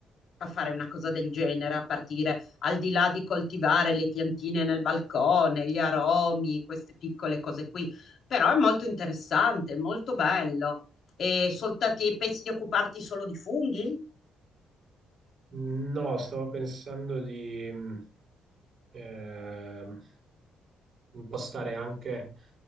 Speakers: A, on the left; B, on the right.
A: a fare una cosa del genere, a partire al di là di coltivare le piantine nel balcone, gli aromi, queste piccole cose qui. Però è molto interessante, molto bello. E soltati, pensi di occuparti solo di funghi?
B: No, stavo pensando di mh, ehm, impostare anche